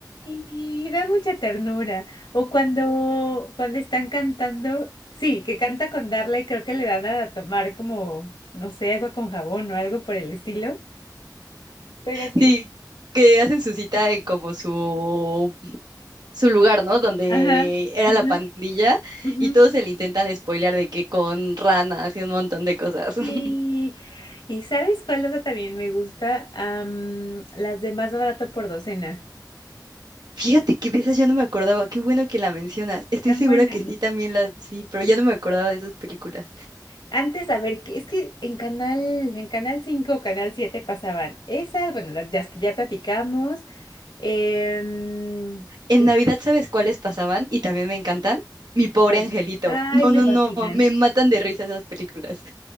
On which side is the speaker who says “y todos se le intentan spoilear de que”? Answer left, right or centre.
Right